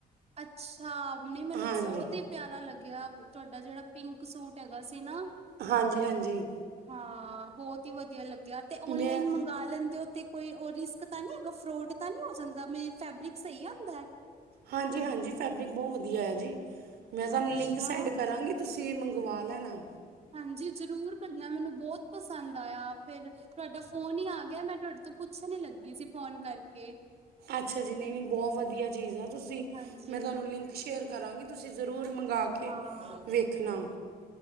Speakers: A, on the right; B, on the right.
A: ਅੱਛਾ। ਨ ਮੈਨੂੰ
B: ਹਾਂਜੀ
A: ਬਹੁਤ ਹੀ ਪਿਆਰਾ ਲੱਗਿਆ। ਗਿਆ ਤੁਹਾਡਾ ਜਿਹੜਾ ਪਿੰਕ ਸੂਟ ਹੈਗਾ ਸੀ ਨਾ
B: ਹਾਂਜੀ। ਹਾਂਜੀ।
A: ਹਾਂ, ਬਹੁਤ ਹੀ ਵਧੀਆ ਲੱਗ ਆ ਤੇ ਔਨਲਾਈਨ
B: ਮੈਂ
A: ਮੰਗਵਾ ਲੈਂਦੇ ਹੋ। ਤੇ ਕੋਈ ਉਹ ਰਿਸਕ ਤਾਂ ਨਹੀਂ ਹੈਗਾ ਫਰੂਦ ਪਤਾ ਨਹੀਂ ਹੋ ਜਾਂਦਾ ਮੇਰੀ ਫੈਬਰਿਕ ਸਹੀ ਆਉਦਾ ਹੈ।
B: ਹਾਂਜੀ। ਹਾਂਜੀ। ਫੈਬਰਿਕ ਬਹੁਤ ਵਧੀਆ ਆਇਆ ਜੇ। ਮੈਂ ਤੁਹਾਨੂੰ
A: ਅੱਛਾ
B: ਲਿੰਕ ਸੈਂਡ ਕਰਾਂਗੀ ਤੁਸੀਂ ਮੰਗਵਾ ਲੈਣਾ।
A: ਹਾਂਜੀ। ਜ਼ਰੂਰ ਕਰਨਾ ਮੈਨੂੰ ਬਹੁਤ ਪਸੰਦ ਆਇਆ ਫਿਰ ਤੁਹਾਡਾ ਫੋਨ ਹੀ ਆ ਗਿਆ। ਮੈਂ ਤੁਹਾਡੇ ਤੋਂ ਪੁੱਛਣ ਲੱਗੀ ਸੀ ਫੋਨ ਕਰਕੇ।
B: ਅੱਛਾ ਜੀ ਨਹੀਂ-ਨਹੀਂ ਬਹੁਤ ਵਧੀਆ ਚੀਜ਼ ਆ। ਤੁਸੀਂ
A: ਹਾਂਜੀ
B: ਮੈਂ ਤੁਹਾਨੂੰ ਲਿੰਕ ਸ਼ੇਅਰ ਕਰਾਂਗੀ ਤੁਸੀਂ ਜ਼ਰੂਰ ਮੰਗਾਵਾ ਕੇ
A: ਹਾਂ
B: ਵੇਖਣਾ।